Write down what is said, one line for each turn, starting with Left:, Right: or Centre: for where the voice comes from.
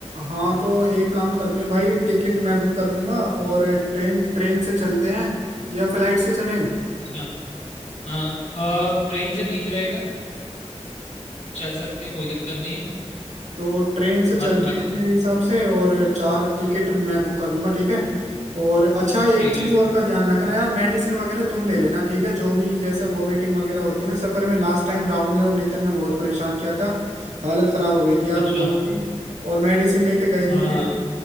Right: हाँ तो एक काम करते हैं भाई टिकट मैं बुक कर दूंगा और ट्रेन ट्रेन से चलते हैं या फ्लाइट से चलें
Left: अच्छा हाँ अ, ट्रेन से ठीक रहेगा अ, चल सकते हैं कोई दिक्कत नहीं है
Right: तो ट्रेन से चलते
Left: बात बाकी
Right: हैं मेरे हिसाब से और चार टिकट मैं बुक कर दूंगा ठीक है और अच्छा एक
Left: ठीक
Right: चीज
Left: है
Right: और का ध्यान रखना यार मेडिसिन वगैरह तुम ले लेना ठीक है जो भी जैसे वॉमिटिंग वगैरह होती है ना सफर में लास्ट टाइम राहुल ने और नितिन ने बहुत परेशान किया था हालत खराब हो गई थी यार
Left: अच्छा
Right: उन लोगों की और मेडिसिन लेके गए नहीं
Left: हाँ हाँ
Right: थे